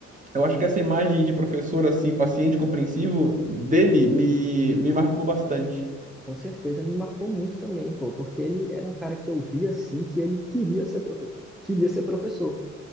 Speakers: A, on the right (about 25°); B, in the centre.
A: eu acho que essa imagem de professor, assim, paciente, compreensivo, dele me, me marcou bastante.
B: Com certeza me marcou muito também, pô, porque ele era um cara que eu via assim que ele queria ser profe queria ser professor.